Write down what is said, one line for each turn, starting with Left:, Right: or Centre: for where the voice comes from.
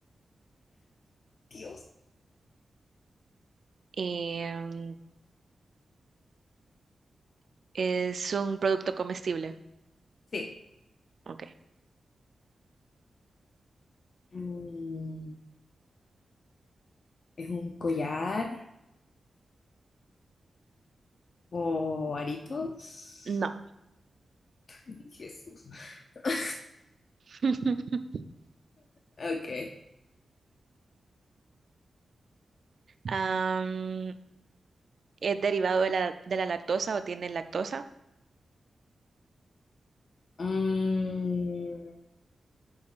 Left: Dios.
Right: Em, ¿es un producto comestible?
Left: Sí.
Right: Ok.
Left: Mm, ¿es un collar o aritos?
Right: No.
Left: Ay, Jesús. <laughs>
Right: <laughs>
Left: Ok.
Right: Am, ¿es derivado de la, de la lactosa o tiene lactosa?
Left: Mm,